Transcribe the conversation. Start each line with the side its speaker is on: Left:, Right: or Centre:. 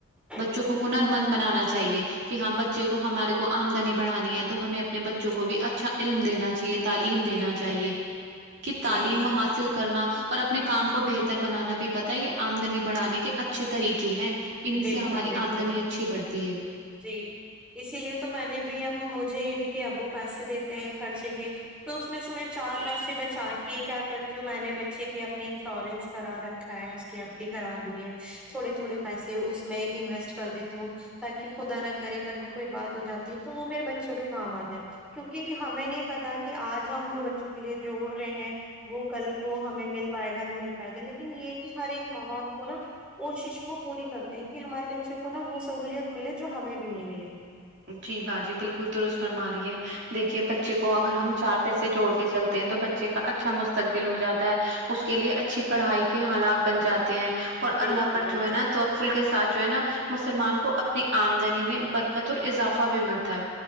Right: بچوں
Centre: جی
Right: کو
Centre: جی
Right: ہنر مند بنانا چاہیے کہ ہاں بچے کو ہمارے کو آمدنی بڑانی ہے تو ہمیں اپنے بچوں کو بھی اچھا علم دینا چاہیے تعلیم دینا
Centre: بالکل
Right: چاہیے
Centre: بالکل
Right: کہ تعلیم
Centre: جی جی
Right: حاصل کرنا اور اپنے کام کو بہتر بنانا بھی پتا یہ آمدنی بڑھانے کے اچھے طریقے ہیں انہی
Centre: بالکل
Right: سے ہماری
Centre: بالکل
Right: آمدنی اچھی بڑھتی ہے
Centre: جی اسی لیے تو میں نے بھی اب مجھے ان کے ابو پیسے دیتے ہیں خرچے کے تو اس میں سے میں چار پیسے بچا کے کیا کرتی ہوں میں نے بچے کے اپنے انشورنس کرا رکھ خیر اس کی ایف ڈی کرا دی ہے تھوڑے تھوڑے پیسے اس میں انویسٹ کر دیتی ہوں تاکہ کہ خدا نہ کرے کل کو کوئی بات ہو جاتی ہے تو وہ میرے بچوں کے کام آ جائے کیونکہ ہمیں نہیں پتا کہ اج ہم جو بچوں کے لیے جوڑ رہے ہیں وہ کل کو ہمیں مل پائے گا نہیں مل پائے گا لیکن یہ ہے کہ ہر ایک ماں باپ کو نا کوشش وہ پوری کرتے ہیں کہ ہمارے بچے کو نا وہ سہولیت ملے جو ہمیں بھی نہیں ملی
Right: جی با جی بالکل درست فرما رہی ہے دیکھیے بچے کو اگر ہم چار پیسے جوڑ کے چلتے ہیں تو بچے کا اچھا مستقبل ہو جاتا ہے اس کے لیے اچھی پڑھائی کے حالات بن جاتے ہیں اور
Centre: بالکل
Right: اللہ پر
Centre: بالکل
Right: جو ہے نا توکفل کے ساتھ جو ہے نا مسلمان کو اپنی امدنی میں برکت اضافہ بھی ملتا ہے